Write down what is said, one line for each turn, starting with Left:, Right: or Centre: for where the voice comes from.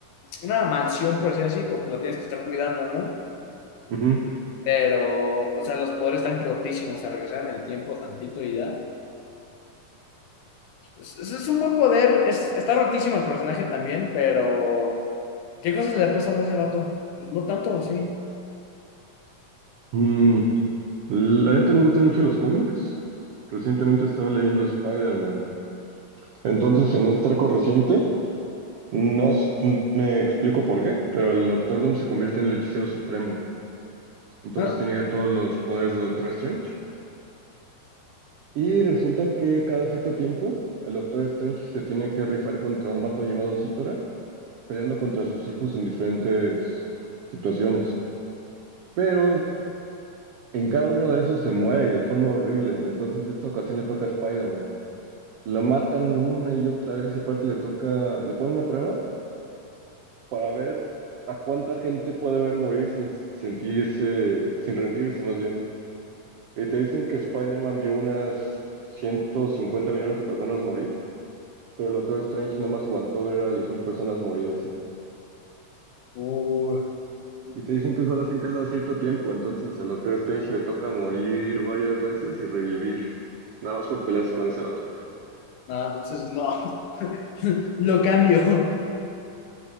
Left: Una mansión, por decir así, porque la tienes que estar cuidando, ¿no?
Right: Ujú.
Left: Pero, o sea, los poderes están rotísimos, o sea, regresar en el tiempo tantito y da Es, es- un buen poder, es- está rotísimo el personaje también, pero ¿qué cosas le ha pasado a ese vato? Pues no tanto, sí.
Right: Mm, La neta me gustan mucho los cómics. Recientemente estaba leyendo Spider-Man. Entonces, en este arco reciente, no s- me explico por qué, pero el Doctor Doom se convierte en el hechicero supremo. Entonces
Left: Ah,
Right: tiene ya todos los poderes de Doctor Strange. Y resulta que cada cierto tiempo, el Doctor Strange se tiene que rifar contra un vato llamado Sitorak, peleando contra sus hijos en diferentes situaciones. Pero en cada uno de esos se muere y de forma horrible. Entonces, esta ocasión le toca a Spider-Man. Lo matan una y otra vez y aparte le toca, le ponen una prueba para ver a cuánta gente puede ver morir sin sentirse, sin rendirse más bien. Y te dicen que Spider-Man vio unas 150 millones de personas morir, pero el Doctor Strange nomás aguantó ver a 10.000 personas morir así.
Left: uy,
Right: Y te dicen que solo hacen caso a cierto tiempo, entonces al Doctor Strange le toca morir varias veces y revivir, nada más por pelearse con ese vato.
Left: no, entonces no. <laughs> Lo cambio.